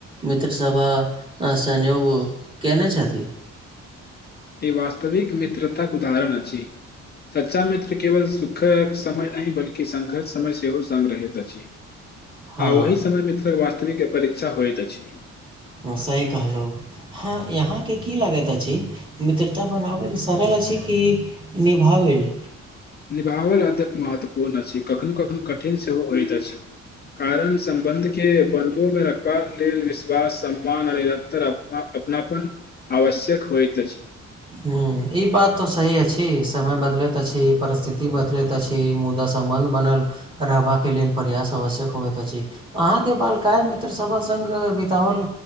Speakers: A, on the right; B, on the left.
A: मित्र सब सहयोग कैने छथि
B: ई वास्तविक मित्रताक उदाहरण अछि सच्चा मित्र केवल सुखक समय नहि बल्कि संघर्ष समय सेहो सेहो संघ रहैत अछि
A: हँ
B: आ ओहि समय मित्र वास्तविक परीक्षा होइत अछि
A: सही कहलहुँ हाँ यहाँके की लागैत अछि मित्रता बनाबैल सरल अछि की निभावेल
B: निभावल अतेक महत्वपूर्ण अछि कखनो कखनो कठिन सेहो होइत अछि कारण संबन्ध के बलबो मे रखबाक लेल विश वा सम्मान निरतर अप अपनापन आवश्यक होइत अछि
A: ह ई बात तऽ सही अछि समय बदलैत अछि परिस्थिति बदलैत अछि मुदा संबंध बनल रहबाके लेल प्रयास आवश्यक होइत अछि अहाँके बालकाय मित्र सब अ संग बिताबल